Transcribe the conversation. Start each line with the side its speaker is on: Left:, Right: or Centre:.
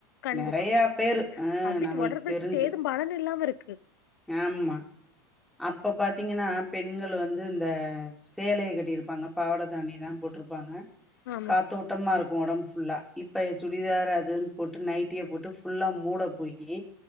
Left: கண்டிப்பா
Centre: நறையா பேரு ஆ
Left: அப்டி
Centre: நம்மளுக்கு
Left: ஒடற்பயிற்சி
Centre: தெரிஞ்சு
Left: செய்தும் பலன் இல்லாம இருக்கு
Centre: ஆமா அப்ப பாத்தீங்கன்னா பெண்கள் வந்து இந்த சேலய கட்டியிருப்பாங்க பாவட தாவ்ணி தா போட்ருப்பாங்க
Left: ஆமா
Centre: காத்தோட் டமாருக்கு ஒடம்பு ஃபுல்லா இப்ப சுடிதாரு அதுன் இதுன் போட்டு நைட்டிய போட்டு ஃபுல்லா மூட போயி